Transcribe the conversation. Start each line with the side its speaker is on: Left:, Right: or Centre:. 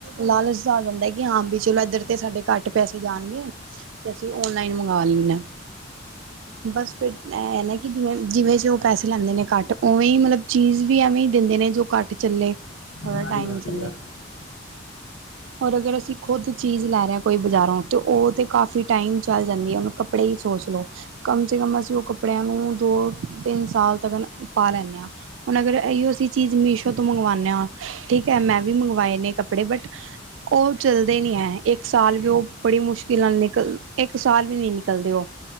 Right: ਲਾਲਚ ਆ ਜਾਂਦਾ ਏ। ਹਾਂ ਵੀ ਚਲੋ ਇੱਧਰ ਤੇ ਸਾਡੇ ਘੱਟ ਪੈਸੇ ਜਾਣਗੇ ਤੇ ਅਸੀਂ ਓਨਲਾਈਨ ਮੰਗਵਾ ਲੈਂਣੇ ਆਂ। ਬਸ ਫਿਰ ਨਾ ਕਿ ਜਿਵੇਂ- ਜਿਵੇਂ ਜੋ ਪੈਸੇ ਲੈਂਦੇ ਨੇ ਘੱਟ ਉਵੇਂ ਹੀ ਮਤਲਬ ਚੀਜ਼ ਵੀ ਐਵੇਂ ਹੀ ਦਿੰਦੇ ਨੇ ਜੋ ਘੱਟ ਚੱਲੇ ਥੋੜਾ
Left: ਨਾਲ
Right: ਟਾਈਮ
Left: ਆਉਂਦੀ
Right: ਹੀ ਚੱਲੇ
Left: ਆ
Right: ਹੋਰ ਅਗਰ ਅਸ ਸੀਂ ਖੁਦ ਚੀਜ਼ ਲੈ ਰਿਹਾ ਕੋਈ ਬਜ਼ਾਰੋਂ ਤੇ ਉਹ ਤੇ ਕਾਫੀ ਟਾਈਮ ਚੱਲ ਜਾਂਦੀ ਹੈ ਉਹਨੂੰ ਕੱਪੜੇ ਹੀ ਸੋਚ ਲਓ। ਕੰਮ ਸੇ ਕੰਮ ਅਸੀਂ ਉਹ ਕੱਪੜਿਆਂ ਨੂੰ ਦੋ ਤਿੰਨ ਸਾਲ ਤੱਕ ਪਾ ਲੈਂਣੇ ਆਂ। ਹੁਣ ਅਗਰ ਇਹੀ ਅਸੀ ਚੀਜ਼ ਮੀਸ਼ੋ ਤੋਂ ਮੰਗਵਾਉਂਦੇ ਹਾਂ ਠੀਕ ਹੈ ਮੈਂ ਵੀ ਮੰਗਵਾਏ ਨੇ ਕੱਪੜੇ ਬਟ ਉਹ ਚੱਲਦੇ ਨਹੀ ਹੈ ਇੱਕ ਸਾਲ ਵੀ ਉਹ ਬੜੀ ਮੁਸ਼ਕਿਲ ਨਾਲ ਨਿਕਲ ਇੱਕ ਸਾਲ ਵੀ ਨੀ ਨਿਕਲਦੇ ਉਹ